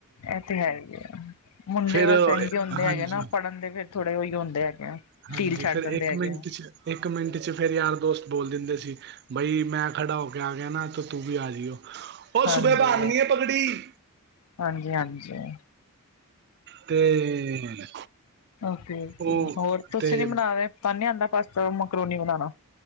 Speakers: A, on the left; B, on the right.
A: ਇਹ ਤੇ ਹੈ ਹੀ ਐ ਮੁੰਡੇ
B: ਫੇਰ
A: ਬਸ ਇਝ ਹੁੰਦੇ
B: ਹਾਂਜੀ
A: ਹੈਗੇ ਨਾ ਪੜ੍ਹਨ ਦੇ ਫਿਰ ਥੋੜੇ ਉਹੀ ਹੁੰਦੇ ਹੈਗੇ ਆ
B: ਹਾਂਜੀ
A: ਢੀਲ ਛੱਡ
B: ਫੇਰ
A: ਦਿੰਦੇ
B: ਇੱਕ
A: ਹੈਗੇ
B: ਮਿੰਟ
A: ਆ
B: ਚ ਇੱਕ ਮਿੰਟ ਚ ਫੇਰ ਯਾਰ ਦੋਸਤ ਬੋਲ ਦਿੰਦੇ ਸੀ ਬਾਈ ਮੈਂ ਖੜਾ ਹੋ ਕੇ ਆ ਗਿਆ, ਨਾ ਤੂੰ ਵੀ ਆ ਜਾਈਓ। ਹੋ
A: ਹਾਂਜੀ
B: ਸੁਬੇ ਬਦਨੀ ਹੈ ਪਗੜੀ
A: ਹਾਂਜੀ ਹਾਂਜੀ
B: ਤੇ
A: ਓਕੇ-ਓਕੇ
B: ਉਹ
A: ਹੋਰ ਤੁਸੀਂ
B: ਤੇ
A: ਨੀ ਬਨਾਦੇ ਤਾ ਨੀ ਆਉਂਦਾ ਪਾਸ ਮਕਰੂਨੀ ਬਨਾਉਣਾ?